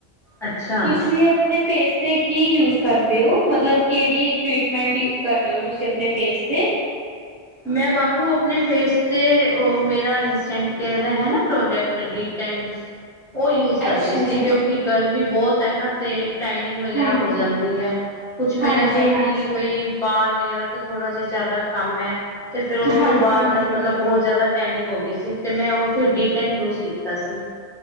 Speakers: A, in the centre; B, on the right (about 30°).
A: ਅੱਛਾ।
B: ਤੁਸੀਂ ਆਪਣੇ ਫੇਸ ਤੇ ਕੀ ਯੂਜ ਕਰਦੇ ਹੋ? ਮਤਲਬ ਕਿਹੜੀ ਟ੍ਰਰੀਟਮੈਂਟ ਯੂ ਕਰ ਰਹੇ ਹੋ ਤੁਸੀਂ ਆਪਣੇ ਫੇਸ ਤੇ?
A: ਮੈਂ ਬਾਬੂ ਆਪਣੇ ਫੇਸ ਤੇ ਉਹ ਮੇਰਾ ਇੰਸਟੈਂਟ ਕੇਅਰ ਹੈ ਨਾ ਪ੍ਰੋਡਕਟ ਤਿ ਤਨ ਉਹ ਯੂਜ ਕਰ
B: ਅੱਛਾ
A: ਰਹੀ ਸੀ,
B: ਜੀ
A: ਕਿਉਂਕਿ ਗਰਮੀ ਬਹੁਤ ਹੈ ਨਾ ਤੇ ਟਾਈਨਿੰਗ ਵਗੈਰਾ
B: ਹਾਂ
A: ਹੋ ਜਾਂਦੀ ਹੈ ਕੁਝ ਮੇਰਾ
B: ਹਾਂਜੀ
A: ਹੈ
B: ਹਾਂਜੀ
A: ਕਿ ਬਈ ਬਾਹਰ ਵਗੈਰਾ ਦਾ ਥੋੜ੍ਹਾ ਜਿਹਾ ਜ਼ਿਆਦਾ ਕੰਮ ਹੈ ਤੇ ਫਿਰ ਉਸ
B: ਹਾਂਜੀ
A: ਤੋਂ ਬਾਅਦ
B: ਹਾਂਜੀ
A: ਮਤਲਬ ਬ ਬਹੁਤ ਜ਼ਿਆਦਾ ਟੈਨਿੰਗ ਹੋ ਗਈ ਸੀ ਤੇ ਮੈਂ ਉਹ ਫਿਰ ਡੀਟੈਨ ਯੂਜ ਕੀਤਾ ਸੀ।